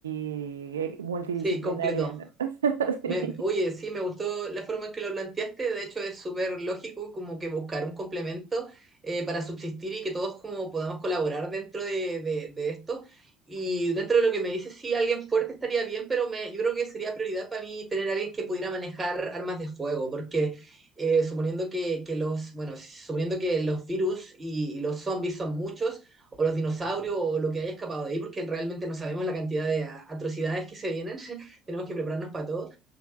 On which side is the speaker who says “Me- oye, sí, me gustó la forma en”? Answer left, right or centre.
Right